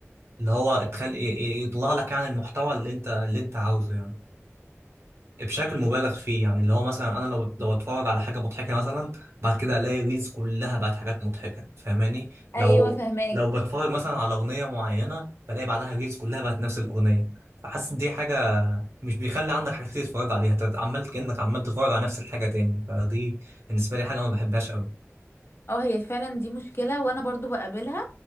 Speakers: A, on the right; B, on the left.
A: اللي هو تخلي ي- ي- يطلع لك يعني المحتوى اللي أنت اللي أنت عاوزه يعني بشكل مبالغ فيه يعني اللي هو مثلا انا لو لو اتفرج على حاجه مضحكه مثلا بعد كده الاقي ريلز كلها بقت حاجات مضحكه فاهماني لو
B: ايوه فهماك
A: لو بتفرج مثلا على اغنيه معينه بلاقي بعدها ريلز كلها بقت نفس الاغنيه فحاسس دي حاجه مش بيخلي عندك حاجات كتير تتفرج عليها انت عمال كانك عمال تتفرج على نفس الحاجه تاني فدي بالنسبه لي حاجه ما بحبهاش قوي
B: اه هي فعلا دي مشكلة وانا برضو بقابلها